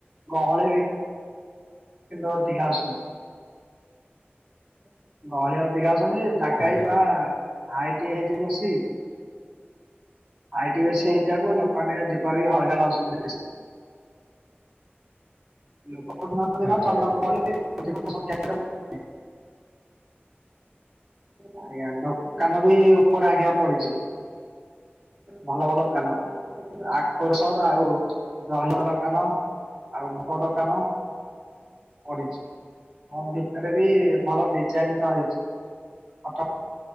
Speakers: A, in the centre; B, on the right.
A: ଗହଳି କିନ୍ତୁ ଅଧିକା ଅଛନ୍ତି। ଗହଳି ଅଧିକା ଆସ ମାନେ ଜାଗା
B: ଆଜ୍ଞା
A: ବି ପା ଆଇଟି ହେଇଛି ବସିକି ଆଇଟି ବେଶୀ ହେଇଯିବାକୁ ଲୋକମାନେ ଯିବା ବି ହଇରାଣ ହଉଛନ୍ତି ବେଶି ଲୋକ ଦିନକୁ ଦିନ
B: ଆଜ୍ଞା
A: ଜନଗହଳି
B: ଆଜ୍ଞା
A: ଅଧିକ ସଂଖ୍ୟାରେ ହେଉଥିବେ। ଆଜ୍ଞା ଦୋକାନ ବି ଉପରେ ଆଜ୍ଞା ପଡିଛି। ଭଲ ଭଲ ଦୋକାନ ଆଖୁ ରସ ଆଉ ଦହିବରା ଦୋକାନ। ଆଉ ଭୋଗ ଦୋକାନ। ପଡିଛି। ଆଉ ଭିତରେ ବି ଭଲ ଡିଜାଇନ ର ହେଇଛି। ଫଟ